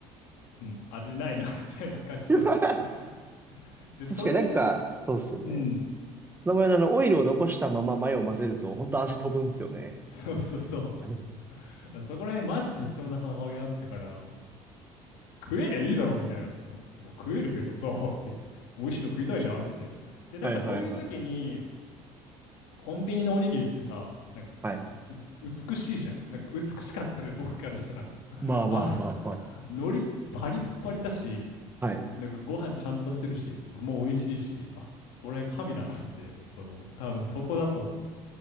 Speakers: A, on the left; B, on the right.
A: うん、味ないな <laughs> みたいな感じで
B: <laughs>
A: <laughs> で、それ、
B: 確かになんか、そうっすよね。
A: うん、
B: 名前のあの、オイルを残したままマヨを混ぜると、本当味飛ぶんすよね。
A: そうそうそ
B: <laughs> は
A: う。そこら辺マジ適当な母親だったから、食えりゃいいだろみたいな。もう食えるけどさ、って言って、美味しいの食いたいじゃんって。で、なんかそういう時に、
B: いはいはい。
A: コンビニのおにぎりってさ、なんか
B: はい。
A: うつ美しいじゃん。なんか美しかったね、僕からしたら。
B: まあまあまあまあ。
A: あ、海苔パリッパリだし、
B: はい。
A: なんかご飯ちゃんとしてるし、具も美味しいし、あ、これ神だなって、そう、多分そこだと思